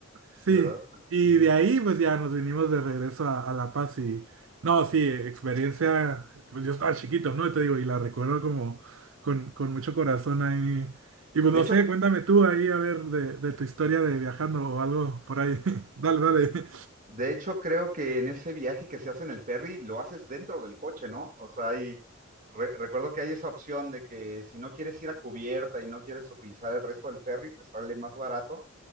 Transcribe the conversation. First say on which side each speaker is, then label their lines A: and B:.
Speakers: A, on the right; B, on the right.
A: Sí,
B: Sí, ¿verdad?
A: y
B: Ujú.
A: de ahí pues ya nos vinimos de regreso a, a La Paz y no, sí, experiencia, pues yo estaba chiquito, ¿no? Y te digo, y la recuerdo como con, con mucho corazón ahí. Y pues
B: De
A: no
B: hecho,
A: sé, cuéntame tú ahí a ver de, de tu historia de viajando o algo por ahí. <laughs> Dale, dale.
B: de hecho, creo que en ese viaje que se hace en el ferry, lo haces dentro del coche, ¿no? O sea, hay, re- recuerdo que hay esa opción de que si no quieres ir a cubierta y no quieres utilizar el resto del ferry, te sale más barato